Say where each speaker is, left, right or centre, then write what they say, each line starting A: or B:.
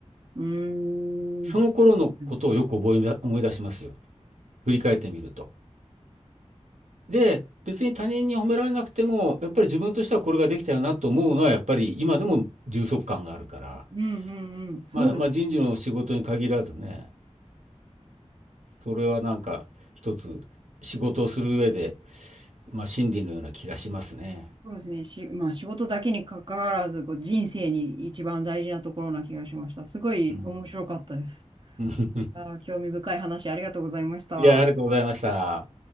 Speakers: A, on the right (about 45°); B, on the right (about 85°).
A: うーん。
B: その頃のことをよく覚えな、
A: うん
B: 思い出しますよ。振り返ってみると。で、別に他人に褒められなくても、やっぱり自分としてはこれができたよなと思うのは、やっぱり今でも充足感があるから、
A: うんうんうん。そうですね。
B: まあ、まあ人事の仕事に限らずね、それはなんか一つ仕事をする上で、まあ真理のような気がしますね。
A: そうですね。し、まあ仕事だけに関わらず、こう人生に一番大事なところな気がしました。すごい面白かったです。
B: うん。<laughs>
A: あー、興味深い話ありがとうございました。
B: いや、ありがとうございました。